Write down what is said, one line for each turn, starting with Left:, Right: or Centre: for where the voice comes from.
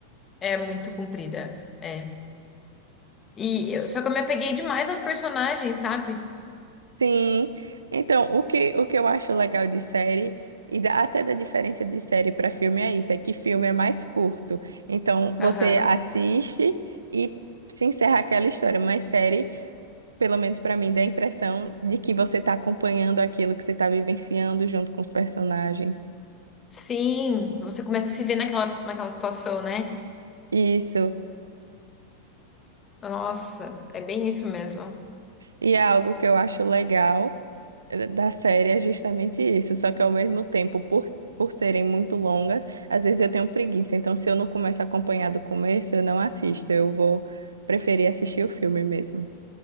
Left: É muito comprida. É. E eu- só que eu me apeguei demais aos personagens, sabe?
Right: Sim. Então, o que, o que eu acho legal de série, e da- até da diferença de série para filme é isso, é que filme é mais curto. Então, você
Left: Aham.
Right: assiste e se encerra aquela história, mas série, pelo menos para mim, dá a impressão de que você está acompanhando aquilo que você está vivenciando junto com os personagens.
Left: Sim, você começa a se ver naquela, naquela situação, né?
Right: Isso.
Left: Nossa, é bem isso mesmo.
Right: E é algo que eu acho legal. da série é justamente isso, só que ao mesmo tempo, por, por serem muito longas, às vezes eu tenho preguiça. Então, se eu não começo a acompanhar do começo, eu não assisto. Eu vou preferir assistir o filme mesmo.